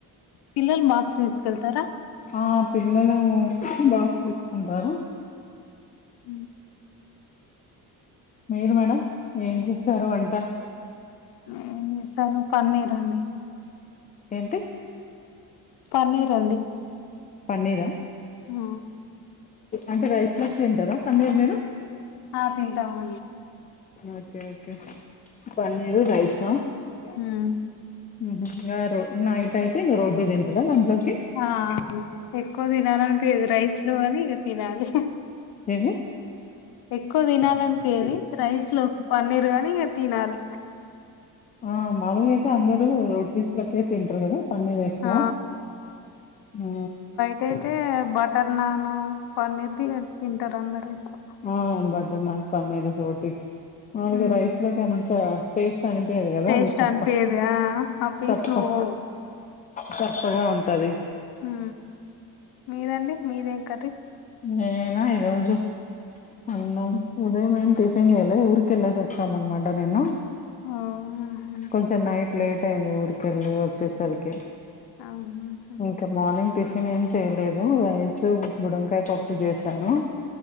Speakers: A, on the left (about 75°); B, on the left (about 25°).
A: పిల్లలు బాక్స్ తీసుకెళ్తారా
B: ఆ పిల్లలు బాక్స్ తీసుకుంటారు
A: హ
B: మీరు మేడం ఏం జేసారు వంట
A: ఏం జేస్సాను పన్నీర్ అండి
B: ఏంటి
A: పన్నీర్ అండి
B: పన్నీరా
A: ఉ
B: అంటే రైస్ లోక్ తింటారా పన్నీర్ మీరు
A: ఆ తింటామండి
B: ఓకే ఓకే పన్నీరు రైసా
A: హ్మ్.
B: ఉహ్ రారు నైట్ అయితే ఇంగ రోటి తింటారా దాంట్లోకి
A: ఆ అను ఎక్కువ తినాలనిపియ్యది రైస్ లో కాని ఇగ తినాలి
B: ఏంది
A: ఎక్కువ తినాలనిపియది రైస్ లోక్ పన్నీరు కనీ ఇగ తినాల్
B: ఆ మామూలుగయితే అందరూ రోటీస్ లోకే తింటరు కదా పన్నీరేక్కువ
A: ఆ
B: ఊ
A: టేతే బటర్ నాను పన్నీర్ దిగ తింటర్ అందరు ఎక్కువ
B: ఆ బజర్ నాన్ పన్నీర్ రోటీ మాములుగా
A: ఉమ్
B: రైస్ లోక్ అద్ ఎంత టేస్ట్ అనిపీయది గదా
A: టేస్ట్
B: అది సప్ప
A: అనిపియది ఆ ఆ పీస్లు
B: సప్ప
A: పోవు
B: సప్పగా ఉంటాది
A: హు మీదండి మీదేం కరీ
B: నేనేనా ఈ రోజు అన్నం ఉదయ్ మేమ్ టిఫిన్ జేయలే ఊరికెళ్ళేస్ ఒచ్చాం అన్మాట నిన్నా
A: ఓ ఆహా
B: కొంచెం నైట్ లేట్ అయింది ఊరికెళ్ళి ఒచ్చేసరికి
A: అవును హు
B: క మార్నింగ్ టిఫిన్ ఏం చేయలేదు రైస్ బుడంకాయ్ పప్పు జేసాను